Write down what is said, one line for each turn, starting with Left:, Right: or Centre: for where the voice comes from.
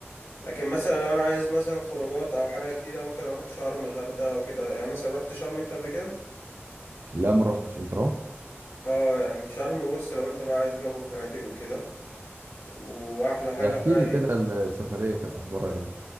Left: لكن مثلا لو انا عايز مثلا خروجات او حاجه جديده ممكن اروح شرم الغردقه وكده يعني مثلا رحت شرم انت قبل كده
Right: لا ما رحتش انت رحت
Left: اه يعني شرم بص لو انت بقى عايز جو فنادق وكده واحلى حاجه
Right: احكي
Left: بقى
Right: لي كده
Left: ايه
Right: السفرية كانت اخبارها ايه